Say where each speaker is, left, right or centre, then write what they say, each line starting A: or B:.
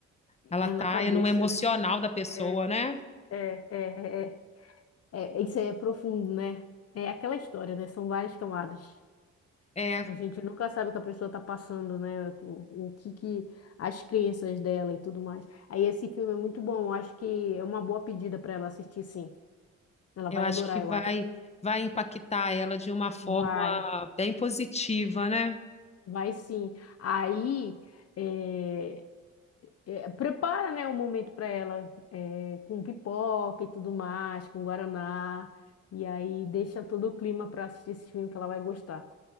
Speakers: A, on the left; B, on the left.
A: É
B: ela está
A: na cabeça,
B: no emocional
A: né?
B: da pessoa,
A: É,
B: né?
A: é, é, é. é. É, isso aí é profundo, né? É aquela história, né? São várias camadas.
B: É,
A: A gente nunca sabe o que a pessoa está passando, né? O, o que que as crenças dela e tudo mais. Aí esse filme é muito bom. Eu acho que é uma boa pedida para ela assistir, sim. Ela
B: eu
A: vai
B: acho
A: adorar,
B: que vai
A: eu acho.
B: vai impactar ela de uma forma
A: Vai,
B: bem positiva, né?
A: vai sim. Aí é, é, prepara, né, um momento para ela é, com pipoca e tudo mais, com guaraná. E aí deixa todo o clima para assistir esse filme que ela vai gostar.